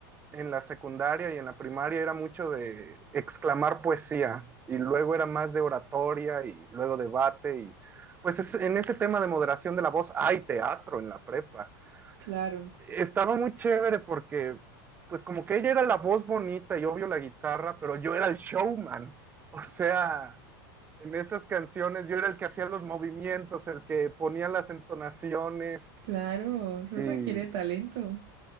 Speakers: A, on the right; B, on the right.
A: en la secundaria y en la primaria era mucho de exclamar poesía y luego era más de oratoria y luego debate y pues es- en ese tema de moderación de la voz hay teatro en la prepa
B: claro,
A: estaba muy chévere porque, pues como que ella era la voz bonita y obvio la guitarra, pero yo era el showman. O sea, en esas canciones yo era el que hacía los movimientos, el que ponía las entonaciones
B: claro, eso
A: y
B: requiere talento. <laughs>